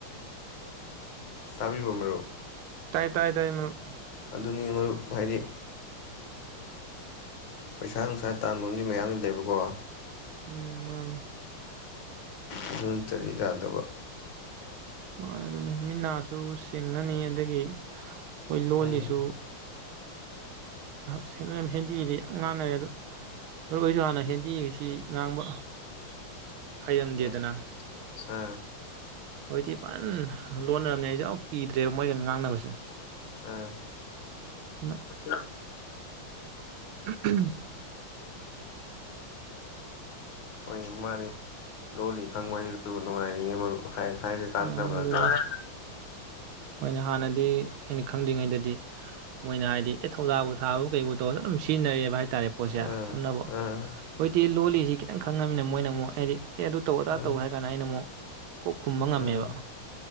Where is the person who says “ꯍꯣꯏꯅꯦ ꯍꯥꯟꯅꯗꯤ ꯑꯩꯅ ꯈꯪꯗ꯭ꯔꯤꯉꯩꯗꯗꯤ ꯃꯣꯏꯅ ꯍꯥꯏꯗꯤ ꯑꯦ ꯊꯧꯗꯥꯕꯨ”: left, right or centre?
Right